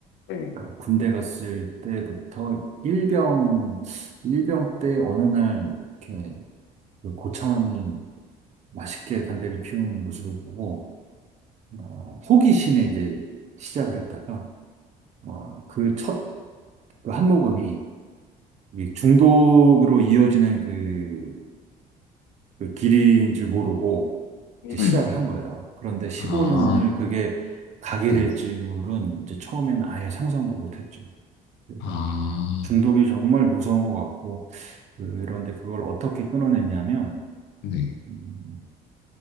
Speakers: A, on the left (about 85°); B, on the right (about 45°).
A: 네.
B: 그러니까 군대 갔을 때부터 일병, 일병 때 어느 날 이렇게 그 고참이 맛있게 담배를 피우는 모습을 보고, 어, 호기심에 이제 시작을 했다가, 어, 그 첫 그 한 모금이 이게 중독으로 이어지는 그, 그 길인 줄 모르고 이제 시작을
A: 음.
B: 한 거예요. 그런데 15년을
A: 아,
B: 그게 가게
A: 네.
B: 될 줄은 이제 처음에는 아예 상상도 못했죠. 그래서
A: 아,
B: 중독이 정말 무서운 것 같고 그런데 그걸 어떻게 끊어냈냐면
A: 네.
B: 음,